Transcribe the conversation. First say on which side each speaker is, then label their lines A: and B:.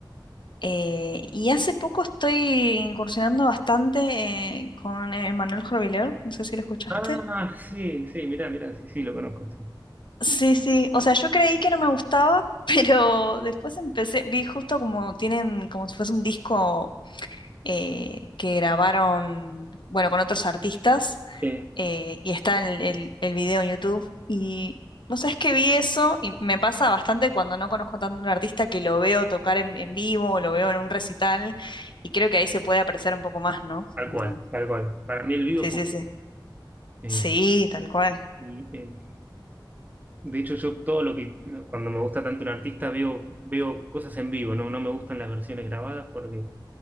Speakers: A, on the left (about 70°); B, on the right (about 20°).
A: Eh, y hace poco estoy incursionando bastante eh, con eh, Manuel Jorviler, no sé si lo escuchaste.
B: Ah, sí, sí, mirá, mirá, sí, sí, lo conozco, sí.
A: Sí, sí, o sea, yo creí que no me gustaba, <laughs> pero después empecé, vi justo como tienen, como si fuese un disco eh, que grabaron, bueno, con otros artistas,
B: Eh,
A: eh, y está el, el, el video en YouTube, y vos sabés que vi eso, y me pasa bastante cuando no conozco tanto a un artista que lo veo tocar en, en vivo, o lo veo en un recital, y creo que ahí se puede apreciar un poco más, ¿no?
B: tal
A: Como-
B: cual, tal cual. Para mí el vivo
A: sí,
B: fue...
A: sí, sí.
B: un-
A: Sí,
B: eh,
A: tal cual.
B: y, eh, de hecho, yo todo lo que, lo- cuando me gusta tanto un artista, veo, veo cosas en vivo, ¿no? No me gustan las versiones grabadas porque